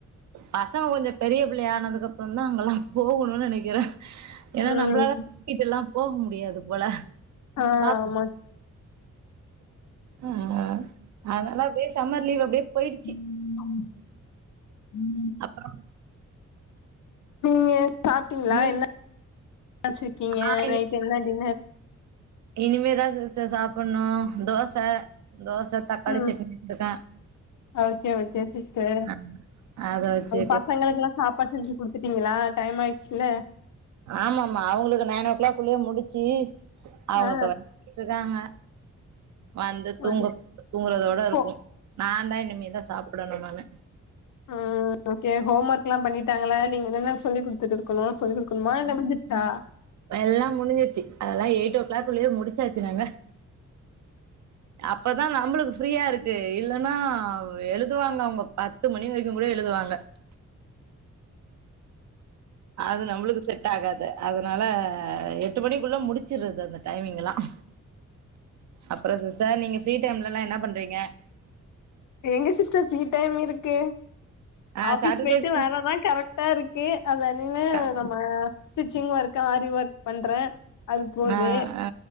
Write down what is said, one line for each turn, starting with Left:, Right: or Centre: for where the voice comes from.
Right: பசங்க கொஞ்சம் பெரிய பிள்ளை ஆனதுக்கு அப்புறம் தா அங்கெல்லா போகணுன் நெனைக்கிற ஏன்னா
Left: ம்
Right: நம்பளால <inaudible> கூட்டிட்டெல்லா போ முடியாது போல
Left: ஆ
Right: பாப்
Left: ஆமா
Right: ஆ அதனால அப்டியே சம்மர் லீவ் அப்டியே போயிடுச்சி
Left: ம் ம்
Right: அப்புறம்
Left: நீங்க <inaudible> சாப்பிட்டீங்ளா
Right: நீ
Left: என்ன <inaudible> ச்சிருக்கீங்க
Right: ஆ
Left: நைட் என்ன டின்னர்
Right: இனிமேதா சிஸ்டர் சாப்புன்னோ தோச தோச தக்காளி
Left: ம்
Right: சட்னி <inaudible> க்கே
Left: ஓகே ஓகே சிஸ்டர்
Right: அ அத வச்சு
Left: பசங்களுக்குல்லா சாப் பாட் செஞ்சு குடுத்துட்டீங்ளா டைம் ஆயிச்சுல்ல
Right: ஆமாமா அவங்களுக்கு நைன் ஓ கிளாக் குள்ளயே முடிச்சு அவங்க
Left: ஆ
Right: இப்ப <inaudible> ராங்க வந்து தூங்க
Left: ஓகே
Right: தூங்கறதோட இருக்கும்
Left: ஹோ
Right: நான் தா இனிமேதா சாப்பிடணும் நானு
Left: ஆ ஓகே ஹோம் ஒர்க் எல்லாம் பண்ணிட்டாங்கள நீங்க என்ன சொல்லி குடுத்துட்டு இருக்கணும்னு சொல்லி கொடுக்கணுமா என்ன முடிஞ்சிருச்சா
Right: எல்லாம் முடிஞ்சிருச்சு அதெல்லாம் எயிட் ஓ கிளாக்லள்ளயே முடிச்சாச்சு நாங்க
Left: <unintelligible>
Right: அப்பதான் நம்மளுக்கு ஃப்ரீயா இருக்கு இல்லன்னா எழுதுவாங்க அவுங்க பத்து மணி வரைக்கும் கூட எழுதுவாங்க அது நம்மளுக்கு செட் ஆகாது அதனால எட்டு மணிக்குள்ள முடிச்சிருது அந்த டைமிங் எல்லாம்
Left: <unintelligible>
Right: அப்புறம் சிஸ்டர் நீங்க ஃபிரீ டைம்லல்லாம் என்ன பண்றீங்க
Left: எங்க சிஸ்டர் ஃப்ரீ டைம் இருக்கு
Right: ஆ
Left: ஆபிஸ்
Right: சாட்டர்டே
Left: போயிட்டு
Right: சன்
Left: வரதான் கரெக்ட்டா இருக்கு அதனில
Right: க
Left: ஆ ஸ்டிச்சிங் ஒர்க், ஆரி ஒர்க் பண்றேன் அது போது
Right: ஆ ஆ